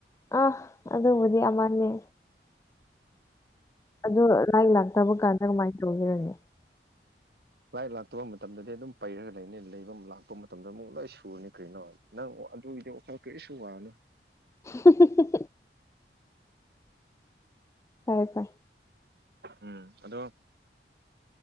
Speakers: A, on the left; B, on the right.
A: ꯑ ꯑꯗꯨ ꯑꯗꯨꯕꯨꯗꯤꯃꯅꯤꯦ ꯑꯗꯣ ꯂꯥꯏꯔꯤꯛ ꯂꯥꯛꯇꯕ ꯀꯥꯟꯗ ꯀꯃꯥꯏꯅ ꯇꯧꯔꯅꯤ
B: ꯂꯥꯏ ꯂꯥꯛꯇꯕ ꯃꯇꯝꯗꯗꯤ ꯑꯗꯨꯝ ꯄꯩꯔꯒ ꯂꯩꯅꯤ ꯂꯩꯕ ꯂꯥꯛꯄ ꯃꯇꯝꯗ ꯑꯃꯨꯛ ꯂꯣꯏ ꯁꯨꯔꯅꯤ ꯀꯩꯅꯣ ꯅꯪ ꯑꯗꯨꯒꯤꯗꯤ ꯋꯥꯈꯜ ꯀꯔꯤꯁꯨ ꯋꯥꯅꯣ
A: ꯍꯨꯝ ꯍꯨꯝ ꯐꯔꯦ ꯐꯥꯏꯦ
B: ꯎꯝ ꯑꯗꯣ